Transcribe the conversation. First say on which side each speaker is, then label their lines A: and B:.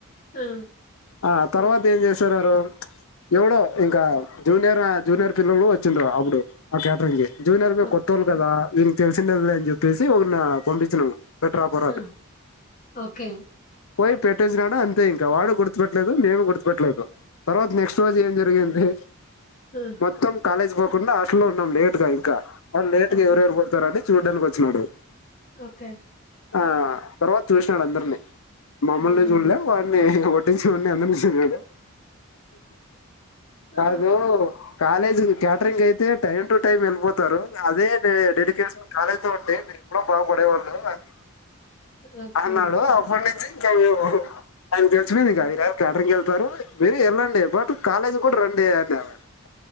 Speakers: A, on the left; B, on the left.
A: ఆ!
B: ఆ తర్వాత
A: ఓకే.
B: ఏం జేసారు వారు ఎవడో ఇంకా జూనియర్ జూనియర్ పిల్లోడు వచ్చిండ్రు అబుడు ఆ క్యా జూనియర్ మీ
A: ఓకే.
B: కొత్తళ్ళు కదా వీనికి తెలిసిండేల్లేదులే అని చెప్పేసి ఒకరిన పంపించినాము పెట్రాపోరా
A: ఆ!
B: అని
A: ఓకే
B: పోయి పెట్టేసినాడు అంతే ఇంకా వాడు గుర్తుపట్లేదు మేము గుర్తుపట్లేదు తర్వాత నెక్స్ట్ రోజు ఏం జరిగింది.
A: హ్మ్
B: మొత్తం కాలేజ్ బోకుండా హాస్టల్లో ఉన్నాం లేట్ గా ఇంకా అ లేట్
A: ఓకే.
B: గా ఎవరెవరు పోతారని చూడ్డానికి వచ్చినాడు
A: ఓకే
B: ఆ తర్వాత చూసినాడు అందర్నీ మమ్మల్ని
A: అవును.
B: జూళ్లా వాన్ని ఒడ్డిచ్చేవాణ్ణి అందరి చూ తినడు
A: ఆ!
B: కాదు కాలేజ్ క్యాటరింగ్ అయితే టైమ్ టు టైం వెళ్ళిపోతారు అదే డె డెడికేషన్ కాలేజీలో ఉంటే మీరు ఎప్పుడో బాగుపడేవాళ్ళు అని
A: ఓకే.
B: అన్నాడు అప్పన్నుంచి ఇంకా మేము ఆయనకి తెలిసిపోయిందింక
A: ఆహా!
B: ఈ <unintelligible> క్యాటరింగ్కెల్తారు మీరే ఎల్లండి బట్ టు కాలేజ్ కూడా రండి అనా